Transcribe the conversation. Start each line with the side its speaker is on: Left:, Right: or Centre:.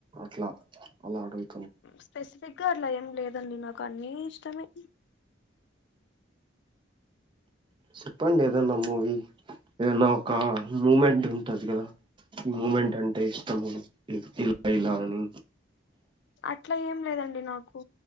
Right: అట్లా అలా అడుగు
Left: స్పెసిఫ్ సిగ్గా అట్లా ఏం లేదండి నాకు అన్నీ ఇష్టమే
Right: చెప్పండి ఏదన్నా మూవీ ఏదన్నా ఒక మూమెంట్ ఉంటది కదా. ఈ మూమెంట్ అంటే ఇష్టము ఇలా ఇలా అని
Left: అట్లా ఏం లేదండి నాకు